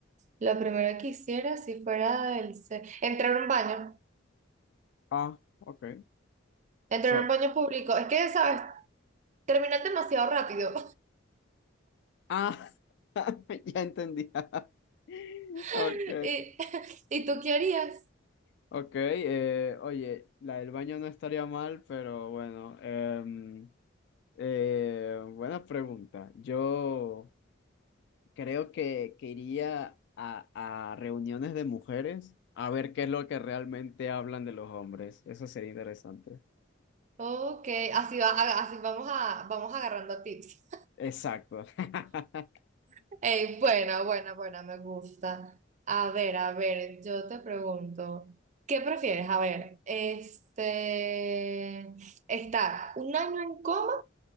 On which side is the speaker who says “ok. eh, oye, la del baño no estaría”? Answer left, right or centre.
Left